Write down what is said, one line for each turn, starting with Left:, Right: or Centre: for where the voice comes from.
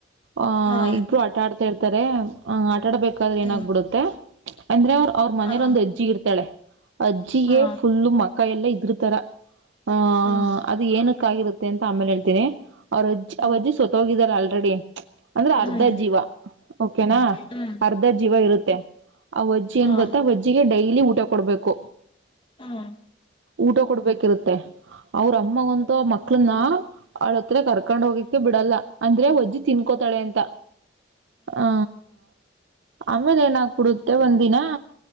Right: ಆಹ
Left: ಹಾ
Right: ಇಬ್ರು ಆಟ ಆಡ್ತಾ ಇರ್ತಾರೆ ಆಟ ಆಡ್ಬೇಕಾದ್ರೆ ಏನಾಗ್ಬಿಡುತ್ತೆ.
Left: ಹ್ಮ್
Right: ಅಂದ್ರೆ ಅವರು ಅವ್ರ ಮನೇಲಿ
Left: ಹಾ
Right: ಒಂದು ಅಜ್ಜಿ ಇರ್ತಾಳೆ. ಅಜ್ಜಿಗೆ
Left: ಹಾ
Right: ಫುಲ್ಲು ಮಕ ಎಲ್ಲ ಇದ್ರುತರ ಹಂ.
Left: ಹಾ
Right: ಅದು ಏನಕ್ಕಾಗಿರುತ್ತೆ ಅಂತ ಆಮೇಲೆ ಹೇಳ್ತೀನಿ ಅವ್ರ ಅಜ್ಜಿ
Left: ಹ್ಮ್
Right: ಅವ ಅಜ್ಜಿ ಸತೋಗಿದಾರೆ ಆಲ್ರೆಡಿ. ಅಂದ್ರೆ
Left: ಹ್ಮ್
Right: ಅರ್ಧ ಜೀವ ಓಕೆನಾ ಅರ್
Left: ಹ್ಮ್
Right: ಅರ್ಧ ಜೀವ
Left: ಹ್ಮ್
Right: ಇರುತ್ತೆ ಆವಜ್ಜಿ ಏನ್
Left: ಹಾ
Right: ಗೊತ್ತಾ ಅವಜ್ಜಿಗೆ ಡೈಲಿ ಊಟ ಕೊಡ್ಬೇಕು
Left: ಹ್ಮ್
Right: ಊಟ ಕೊಡ್ಬೇಕಿರುತ್ತೆ ಅವ್ರ ಅಮ್ಮ ಅಂತು ಆ ಮಕ್ಳನ್ನ ಅವಳ ಹತ್ರ ಕರ್ಕೊಂಡ್ ಹೋಗಿ ಬಿಡಲ್ಲ ಅಂದ್ರೆ ಅವಜ್ಜಿ ತಿನ್ಕೋತಾಳೆ ಅಂತ ಆ ಆಮೇಲೆ ಏನಾಗಬಿಡುತ್ತೆ ತ್ತೆ ಒಂದ ದಿನ